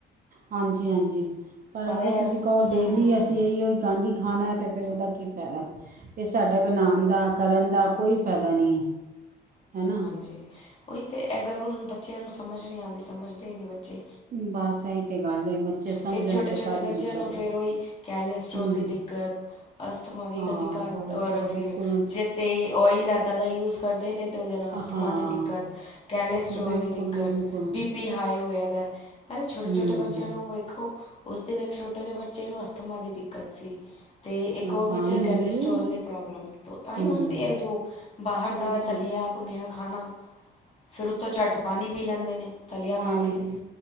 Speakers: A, on the right; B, on the left.
A: ਹਾਂਜੀ-ਹਾਂਜੀ ਪਰ ਅਗਰ
B: ਇਹ
A: ਤੁਸੀਂ ਕਹੋ ਡੇਲੀ
B: ਹੂੰ
A: ਅਸੀਂ ਇਹੀਓ ਹੀ ਗਾਂਧੀ ਖਾਣਾ ਤਾਂ ਫਿਰ ਉਹਦਾ ਕੀ ਫਾਇਦਾ ਫਿਰ ਸਾਡਾ ਬਣਾਉਣ ਦਾ ਕਰਨ ਦਾ ਕੋਈ ਫਾਇਦਾ ਨਹੀਂ ਹੈ ਨਾ
B: ਜੀ ਉਹੀ ਤਾਂ ਇਹ ਗੱਲ ਹੁਣ ਬੱਚਿਆਂ ਨੂੰ ਸਮਝ ਨਹੀਂ ਆਦੀ ਸਮਝਦੇ ਹੀ ਨਹੀਂ ਬੇ
A: ਬਸ ਇਹੀ ਤਾਂ ਗੱਲ ਹੈ ਬੱਚੇ ਸਮਝਣ
B: ਫਿਰ ਛੋਟੇ-ਛੋਟੇ
A: ਤਾਂ ਕਾਹਦੀ
B: ਬੱਚਿਆਂ
A: ਦਿੱਕਤ
B: ਨੂੰ ਫਿਰ
A: ਹੈ
B: ਉਹੀ ਕੈਲੇਸਟਰ੍ਰੋਲ
A: ਹੂੰ
B: ਦੀ ਦਿੱਕਤ ਅਸਥਮਾ ਦੇ
A: ਹਾਂ
B: ਕਦੀ
A: ਕੋਲਸਟ੍ਰੋਲ
B: ਫਿਰ
A: ਬਿਲਕੁਲ
B: ਜੇ ਤੇ ਆਇਲ ਇਦਾਂ ਦਾ ਯੂਜ ਕਰਦੇ ਨੇ ਤਾਂ ਉਹਦੇ ਨਾਲ ਅਸਥਮਾ
A: ਹਾਂ
B: ਦੀ ਦਿੱਕਤ ਕੈਲੇਸਟ੍ਰੋਲ
A: ਬਿਲਕੁਲ
B: ਦੀ ਦਿੱਕਤ
A: ਜੀ ਬਿਲਕੁਲ
B: ਬੀ ਪੀ ਹਾਏ ਹੋਇਆਦਾਾ ਅਰੇ
A: ਹੂੰ
B: ਛੋਟੇ-ਛੋਟੇ ਬੱਚਿਆਂ
A: ਹੂੰ
B: ਨੂੰ ਵੇਖੋ ਉਸ ਦਿਨ ਇੱਕ ਛੋਟਾ ਜਿਹੇ ਬੱਚੇ ਨੂੰ ਅਸਥਮਾ ਦੀ ਦਿੱਕਤ ਸੀ। ਅਤੇ ਇੱਕ
A: ਅਹ
B: ਹੋਰ
A: ਤਾਂ
B: ਬੱਚਾ
A: ਹੀ ਹੁੰਦੀ
B: ਕੈਲਸਟਰ੍ਰੋਲ
A: ਹੈ
B: ਦੇ ਪ੍ਰੋਬਲਮ ਤਾਂ ਹੀ
A: ਹੂੰ
B: ਹੁੰਦੀ ਐ ਜੋ ਬਾਹਰ
A: ਬਿਲਕੁਲ
B: ਦਾ ਤਲਿਆ ਭੁੰਨਿਆ ਖਾਣਾ ਫਿਰ ਉੱਤੋਂ ਝੱਟ ਪਾਨੀ ਪੀ ਲੈਂਦੇ ਨੇ ਤਲੀਆ
A: ਪਾਣੀ
B: ਖਾ ਕੇ।
A: ਪੀ